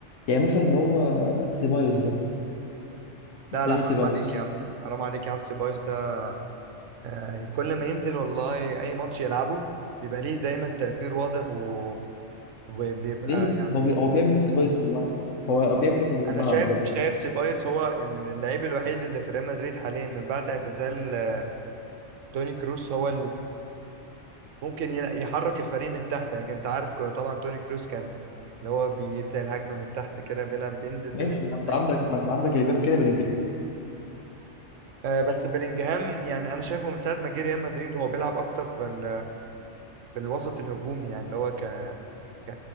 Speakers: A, on the left; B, on the right.
A: يعني مثلا اللي هو سيبايوس ده
B: لا
A: داني
B: لا حرام
A: سيبايوس
B: عليك يا عم حرام عليك يا عم سيبايوس ده آه، كل ما ينزل والله أي ماتش يلعبه بيبقى ليه دايما تأثير واضح و... وبيبقى
A: ليه يا اسطى
B: يعني
A: هو بي... هو بيعمل ايه سيبايوس في الملعب هو بيعمل ايه في الملعب
B: أنا شايف
A: بجد
B: شايف سيبايوس هو اللعيب الوحيد اللي في ريال مدريد حاليا من بعد اعتزال آه، توني كروس هو ممكن ين- يحرك الفريق من تحت يعني كنت عارف كو- طبعا توني كروس كان اللي هو بيبدأ الهجمة من تحت كده بيلعب بينزل بين
A: ماشي
B: المدافعين
A: ما انت عندك ما انت عندك اللي بيعمل كده بلينجهام
B: آه، بس بلينجهام يعني انا شايفه من ساعة ما جه ريال مدريد هو بيلعب اكتر في ال... في الوسط الهجومي يعني اللي هو ك ك